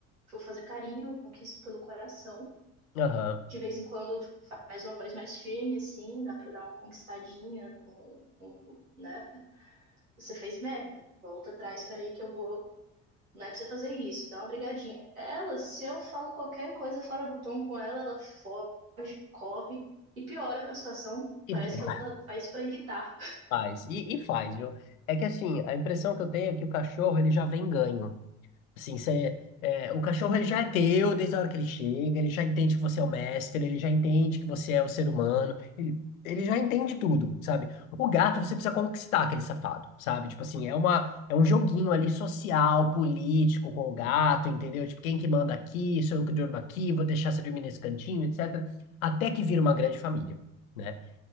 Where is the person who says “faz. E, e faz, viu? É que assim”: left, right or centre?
Left